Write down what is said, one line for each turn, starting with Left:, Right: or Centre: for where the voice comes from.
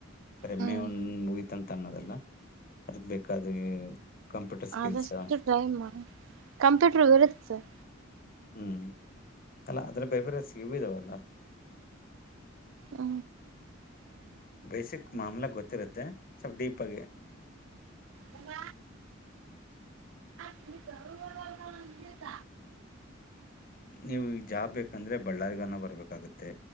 Left: ಎಂ
Right: ಹ್ಮ್
Left: ಒಂದ್ ಮುಗತಂತ ಅನ್ನೋದಲ್ಲ ಅದಕ್ ಬೇಕಾದ ಕಂಪ್ಯೂಟರ್ ಸ್ಕಿಲ್ಸ್
Right: ಆದಷ್ಟು ಟ್ರೈ ಮಾಡಿ ಕಂಪ್ಯೂಟರ್ ಬರುತ್ತೆ ಸರ್
Left: ಹ್ಞೂ ಅಲ್ಲ ಅದ್ರ ಬೇರೆ ಬೇರೆ ಸಿವ ಇದಾವಲ್ಲ
Right: ಹ
Left: ಬೇಸಿಕ್ ಮಾಮಲ ಗೊತ್ತಿರುತ್ತೆ ಸ್ವಲ್ಪ ಡೀಪ್ ಆಗಿ.
Right: ಅಕ್ಕ ಇಲ್ಲಿ <unintelligible>
Left: ನೀವು ಈಗ ಜಾಬ್ ಬೇಕಂದ್ರೆ ಬಳ್ಳಾರಿಗಾನ ಬರ್ಬೇಕಾಗತ್ತೆ